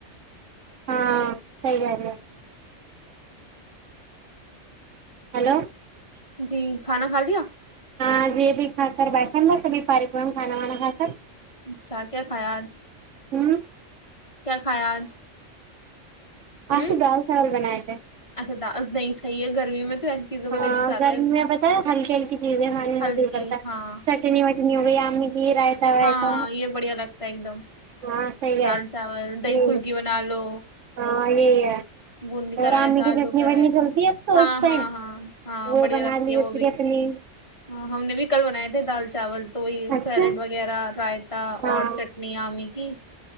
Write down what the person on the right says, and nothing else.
ہاں سی گ رہ ہے ہلو
ہاں یہ بھی کھا کر بیٹھاا سبھی پاریکم کھانا وانا کھا کر
ہوں
آسے
دال چاول بنائے تھے
ہاں
گرمی
میں پت ہے ہلکی ہلکی چیزیں کھانے میں
دل کرتا ہے
چٹنی وٹنی ہو گئی کی رائتا وائتا
ہاں صحیح ہے
یہی
ہاں یہی ہے
اور آمی
کی
چٹنی
وٹنی
چلتی ہے اب تو
اس ٹائم
وہ
بنا
لی
پھر
اپنی
اچھا
ہاں